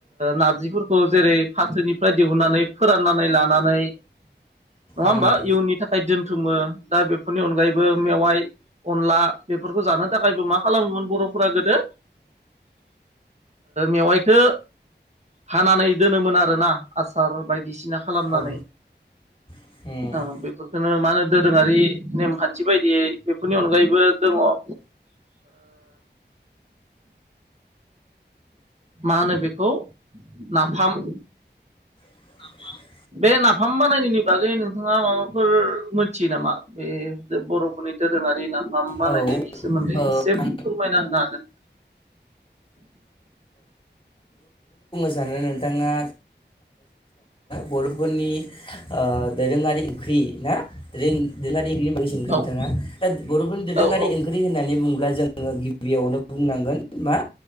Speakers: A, on the right; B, on the left.
A: नारजिफोरखौ जेरै फाथोनिफ्राय दिहुननानै फोराननानै लानानै नंङा होमबा
B: उम
A: इयुननि थाखाय दोनथुमो दा बेफोरनि अनगायैबो मेवाइ अनला बेफोरखौ जानो थाखायबो मा खालामोमोन बर'फोरा गोदो मेवाइखौ। हानानै दोनोमोन आरोना आसार बायदिसिना खालामनानै।
B: औ उम उम
A: औ बेफोरखौनो मा होनो दोरोङारि नेमखान्थि बायदियै। फोरनि अनगायैबो दङ‌़ मा होनो बेखौ नाफाम।
B: <inaudible>
A: बे नाफाम बानायनायनि बागै नोंथाङा माबाफोर मोनथियो नामा बे बर'फोरनि दोरोङारि नाफाम बानायनायनि
B: औ
A: सोमोन्दै
B: ओ
A: एसे फोरमायना होनो हागोन। <inaudible>
B: जानानो नोंथाङा। बर'फोरनि दोरोङारि ओख्रि ना दोरोङारि ओंख्रिनि बायै सदों
A: हागोन
B: नोंथाङा दा बर'फोरनि दोरोङारि
A: औ औ
B: ओंख्रि होननानै बुङोब्ला जोङो गिबियावनो बुंनांगोन मा